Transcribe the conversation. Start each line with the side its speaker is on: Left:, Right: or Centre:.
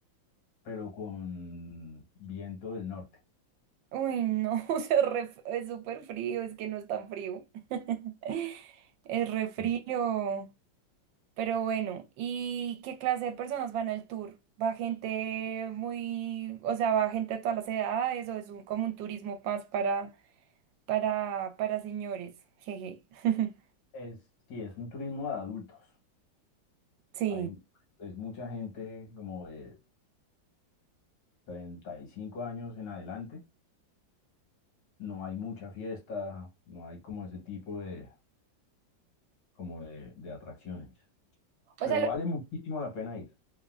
Left: pero con viento del norte.
Right: Uy, no, <laughs> o sea, re f- es súper frío, es que no es tan frío. <laughs> Es re frío.
Left: Sí.
Right: Pero bueno, ¿y qué clase de personas van al tour? ¿Va gente muy, o sea, va gente de todas las edades o es un, como un turismo más para, para, para señores? Jeje. <laughs>
Left: Es, sí, es un turismo de adultos.
Right: Sí.
Left: Hay, es mucha gente como de 35 años en adelante. No hay mucha fiesta, no hay como ese tipo de, como de, de atracciones.
Right: O
Left: Pero
Right: sea,
Left: vale muchísimo la pena ir.